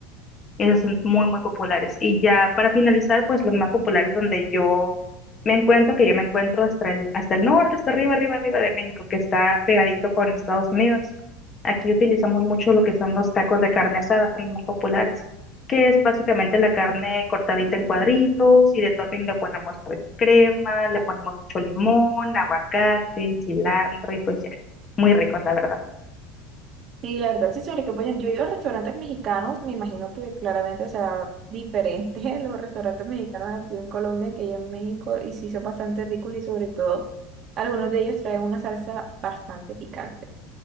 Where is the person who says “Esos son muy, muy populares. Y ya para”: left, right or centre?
Left